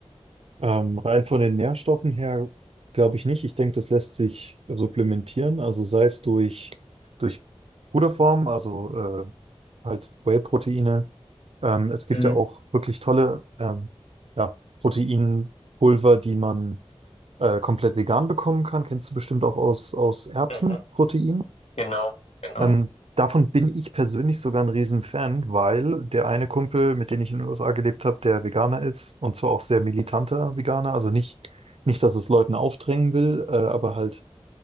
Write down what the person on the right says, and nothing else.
Ähm, rein von den Nährstoffen her glaube ich nicht. Ich denke, das lässt sich supplementieren, also sei es durch, durch Puderform, also äh, halt Whey-Proteine. Ähm, es gibt
ja auch wirklich tolle ähm, ja, Proteinpulver, die man äh, komplett vegan bekommen kann. Kennst du bestimmt auch aus, aus Erbsenprotein.
Ähm, davon bin ich persönlich sogar ein Riesenfan, weil der eine Kumpel, mit dem ich in den USA gelebt habe, der Veganer ist und zwar auch sehr militanter Veganer, also nicht, nicht, dass es Leuten aufdrängen will, äh, aber halt